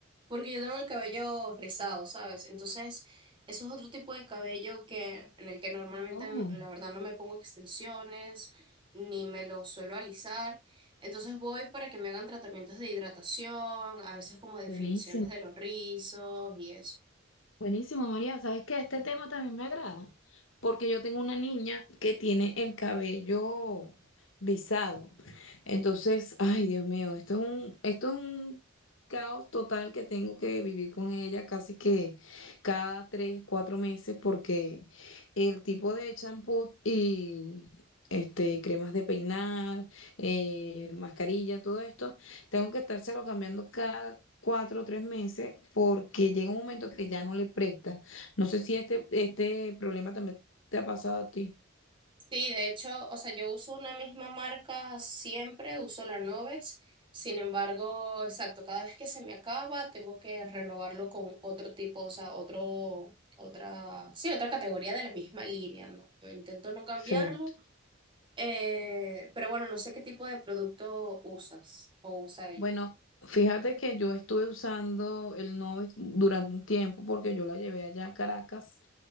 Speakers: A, on the right; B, on the left.
A: porque yo tengo el cabello rizado, ¿sabes? Entonces, eso es otro tipo de cabello que, en el que normalmente,
B: Oh,
A: la verdad, no me pongo extensiones, ni me lo suelo alisar. Entonces voy para que me hagan tratamientos de hidratación, a veces como definiciones
B: buenísimo.
A: de los rizos y eso.
B: Buenísimo, María. ¿Sabes qué? Este tema también me agrada, porque yo tengo una niña que tiene el cabello rizado. Entonces, ay, Dios mío, esto es un, esto es un caos total que tengo que vivir con ella casi que cada tres, cuatro meses, porque el tipo de champú y este, cremas de peinar, eh, mascarilla, todo esto, tengo que estárselo cambiando cada cuatro o tres meses porque llega un momento que ya no le presta. No sé si este, este problema también te ha pasado a ti.
A: Sí, de hecho, o sea, yo uso una misma marca siempre, uso la Novex. Sin embargo, exacto, cada vez que se me acaba, tengo que renovarlo con otro tipo, o sea, otro, otra, sí, otra categoría de la misma línea, ¿no? Intento no cambiarlo,
B: Sí.
A: eh, pero bueno, no sé qué tipo de producto usas o usa ella.
B: Bueno, fíjate que yo estuve usando el Novex durante un tiempo porque yo la llevé allá a Caracas